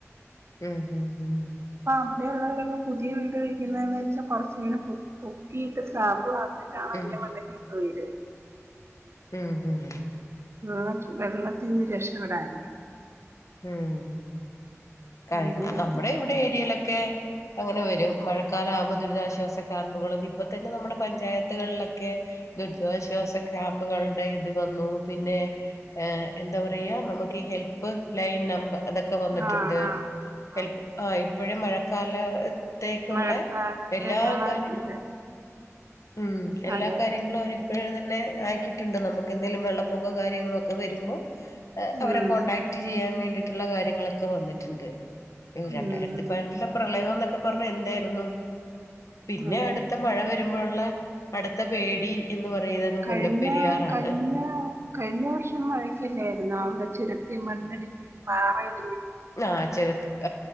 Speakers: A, on the left; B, on the right.
A: ഉം ഹം ഉം.
B: അവിടെ ഉള്ളവരൊക്കെ പുതിയ വീട് വയ്ക്കുന്നതെങ്ങനെന്ന് വെച്ചാൽ കൊറച്ങ്ങനെ പൊക്കീട്ട് സ്ലാബ് വർത്തിട്ട് <inaudible> <unintelligible>
A: ഉം
B: ന്റെ മണ്ടത്തിൽ പോയത്?
A: ഉം ഹും.
B: ആ. വെള്ളത്തിൽന്ന് രക്ഷപ്പെടാൻ.
A: ഉം. കഴിഞ്ഞ
B: അങ്ങനെ
A: നമ്മുടെ ഇവിടെ ഏരിയയിലൊക്കെ- അങ്ങനെ വരും. മഴക്കാലം ആവുമ്പോ ദുരിതാശ്വാസ ക്യാമ്പുകളും, ഇപ്പൊ തന്നെ നമ്മുടെ പഞ്ചായത്തുകളിലൊക്കെ- ദുരിതാശ്വാസ ക്യാമ്പുകളുടെ ഇത് വന്നു പിന്നെ, എന്താ പറയാ <unintelligible> ഓക്കെ. ഹെൽപ്പ്. ലൈൻ നമ്പർ അതൊക്കെ വന്നിട്ടുണ്ട്.
B: ആഹ്
A: ഹെൽപ്
B: ആഹ്
A: ആ ഇപ്പോഴും മഴക്കാല ത്തേക്കുള്ള
B: മഴക്കാലത്തേക്കുള്ള
A: എല്ലാ കാര്യങ്ങളും.
B: ഇത്
A: ഉം. എല്ലാ
B: അതെ
A: കാര്യങ്ങളും അവരിപ്പോയെ തന്നെ ആക്കിയിട്ടുണ്ട് നമുക്ക്. എന്തങ്കിലും വെള്ളപ്പൊക്കോ കാര്യങ്ങളൊക്കെ വരുമ്പോൾ അവരെ
B: ഉം
A: കോണ്ടടാക്ട്- ചെയ്യാൻ വേണ്ടിട്ടുള്ള കാര്യങ്ങളൊക്കെ വന്നിട്ടുണ്ട്. രണ്ടായിരത്തി
B: ഉം
A: പയ്നെട്ടിലെ പ്രളയംന്നൊക്കെ പറഞ്ഞ എന്തായിരുന്നു!. പിന്നെ,
B: അതെ
A: അടുത്ത മഴ വരുമ്പോ ഉള്ളെ അടുത്ത പേടി എന്ന് പറയുന്നത്
B: കഴിഞ്ഞ,
A: മുല്ലപ്പെരിയാറാണ്
B: കഴിഞ്ഞ, കഴിഞ്ഞ വർഷം മഴക്കല്ലായിരുന്നോ അവിടെ? ചുരത്തി മണ്ണിടിഞ് പാറ <unintelligible>
A: ആ ചേർത്ത്.